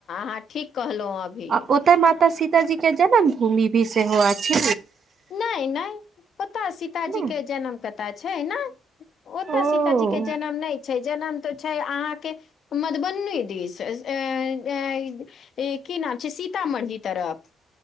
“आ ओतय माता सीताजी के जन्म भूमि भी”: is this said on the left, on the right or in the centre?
Right